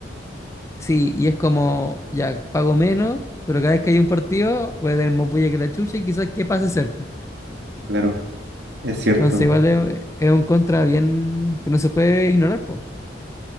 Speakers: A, on the left; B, on the right.
A: Sí, y es como, ya, pago menos, pero cada vez que hay un partido voy a tener más bulla que la chucha y quizás que pase cerca.
B: claro, es cierto.
A: Entonces igual es, es un contra bien que no se puede ignorar, po.